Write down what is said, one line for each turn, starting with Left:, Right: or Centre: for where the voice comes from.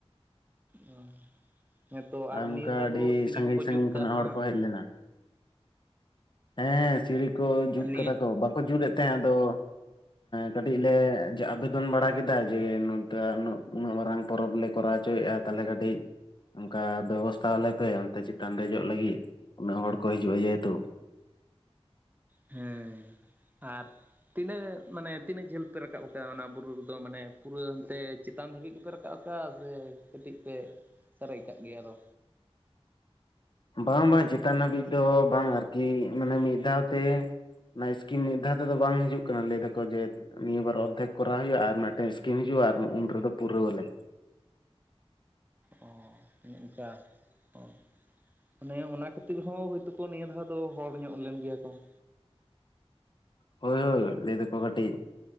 Right: ᱚ, ᱦᱮᱸ ᱛᱚ ᱟᱨ
Left: ᱚᱱᱠᱟ
Right: ᱱᱤᱭᱟᱹ ᱫᱷᱟᱣ
Left: ᱟᱹᱰᱤ
Right: ᱫᱚ ᱥᱤᱲᱤ
Left: ᱥᱟᱺᱜᱤᱧ
Right: ᱠᱚᱠᱚ
Left: ᱥᱟᱺᱜᱤᱧ
Right: ᱡᱩᱛ
Left: ᱠᱷᱚᱱᱟᱜ
Right: ᱠᱟᱜ
Left: ᱦᱚᱲ
Right: ᱢᱟ᱾
Left: ᱠᱚ ᱦᱮᱡ ᱞᱮᱱᱟ᱾ ᱦᱮᱸ ᱥᱤᱲᱤ ᱠᱚ ᱡᱩᱛ
Right: ᱟᱨ ᱱᱤᱭᱟᱹ
Left: ᱠᱟᱫᱟ ᱠᱚ, ᱵᱟᱠᱚ ᱡᱩᱛᱮᱫ ᱛᱟᱦᱮᱸᱫ ᱟᱫᱚ ᱠᱟᱹᱴᱤᱡ ᱞᱮ ᱟᱵᱮᱫᱚᱱ ᱵᱟᱲᱟ ᱠᱮᱫᱟ ᱡᱮ ᱱᱚᱝᱠᱟ ᱩᱱᱟᱹᱜ ᱢᱟᱨᱟᱝ ᱯᱚᱨᱚᱵᱽ ᱞᱮ ᱠᱚᱨᱟᱣ ᱦᱚᱪᱚᱭᱮᱜ-ᱟ ᱛᱟᱦᱚᱞᱮ ᱠᱟᱹᱴᱤᱡ ᱚᱱᱠᱟ ᱵᱮᱵᱚᱥᱛᱷᱟ ᱟᱞᱮᱯᱮ ᱚᱱᱛᱮ ᱪᱮᱛᱟᱱ ᱨᱮ ᱫᱮᱡᱚᱜ ᱞᱟᱹᱜᱤᱫ, ᱩᱱᱟᱹᱜ ᱦᱚᱲ ᱠᱚ ᱦᱤᱡᱩᱜᱼᱟ ᱡᱮᱦᱮᱛᱩ᱾
Right: ᱦᱮᱸ, ᱟᱨ ᱛᱤᱱᱟᱹᱜ ᱢᱟᱱᱮ ᱛᱤᱱᱟᱹᱜ ᱡᱷᱟᱹᱞ ᱯᱮ ᱨᱟᱠᱟᱵ ᱟᱠᱟᱜ-ᱟ, ᱚᱱᱟ ᱵᱩᱨᱩ ᱨᱮᱫᱚ ᱢᱟᱱᱮ ᱯᱩᱨᱟᱹ ᱦᱟᱱᱛᱮ ᱪᱮᱛᱟᱱ ᱫᱷᱟᱹᱵᱤᱡ ᱜᱮᱯᱮ ᱨᱟᱠᱟᱵ ᱟᱠᱟᱜ-ᱟ ᱥᱮ ᱠᱟᱹᱴᱤᱡ ᱯᱮ ᱥᱟᱨᱮᱡ ᱠᱟᱜ ᱜᱮᱭᱟ ᱟᱫᱚ?
Left: ᱵᱟᱝ ᱵᱟᱝ ᱪᱮᱛᱟᱱ ᱦᱟᱹᱵᱤᱡ ᱫᱚ ᱵᱟᱝ ᱟᱨᱠᱤ ᱢᱟᱱᱮ ᱢᱤᱫ ᱫᱷᱟᱣ ᱛᱮ ᱚᱱᱟ ᱤᱥᱠᱤᱢ ᱢᱤᱫ ᱫᱷᱟᱣ ᱛᱮᱫᱚ ᱵᱟᱝ ᱦᱤᱡᱩᱜ ᱠᱟᱱᱟ ᱞᱟᱹᱭ ᱮᱟᱠᱚ ᱡᱮ ᱱᱤᱭᱟᱹᱵᱟᱨ ᱚᱨᱫᱷᱮᱠ ᱠᱚᱨᱟᱣ ᱦᱩᱭᱩᱜᱼᱟ ᱟᱨ ᱢᱤᱫᱴᱮᱱ ᱥᱠᱤᱢ ᱦᱤᱡᱩᱜᱼᱟ ᱩᱱ ᱨᱮᱫᱚ ᱯᱩᱨᱟᱹᱣ ᱟᱞᱮ ᱾
Right: ᱚ ᱚᱱᱮ ᱚᱱᱠᱟ ᱚᱸ ᱚᱱᱮ ᱚᱱᱟ ᱠᱷᱟᱹᱛᱤᱨ ᱦᱚᱸ ᱦᱚᱳᱭᱛᱳ ᱠᱚ ᱱᱤᱭᱟᱹ ᱫᱷᱟᱣ ᱫᱚ ᱦᱚᱲ ᱧᱚᱜ ᱞᱮᱱ ᱜᱮᱭᱟ ᱠᱚ ᱾
Left: ᱦᱳᱭ ᱦᱳᱭ ᱞᱟᱹᱭᱮᱫ ᱠᱚ ᱠᱟᱹᱴᱤᱡ